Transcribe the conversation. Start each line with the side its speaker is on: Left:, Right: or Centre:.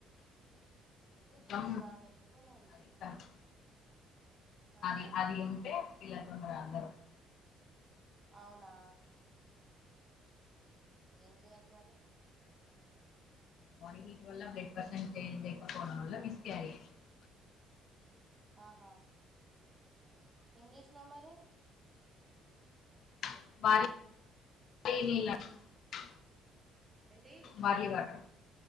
Right: హీట్
Left: కొంచెం
Right: ఉంది బానే ఎక్కువనే ఉంది
Left: అది తగ్గు- అది
Right: ఆ
Left: అది ఉంటే పిల్లలు తొందర అందరు <inaudible>
Right: అవునా ఏం చేయాలి మరి
Left: వన్ వీక్ వల్ల బ్లడ్ పర్సెంట్ <unintelligible> <unintelligible>
Right: ఆహా ఏం చేసినావు మరి
Left: <unintelligible>
Right: ఏంటి
Left: భార్లీ వాటర్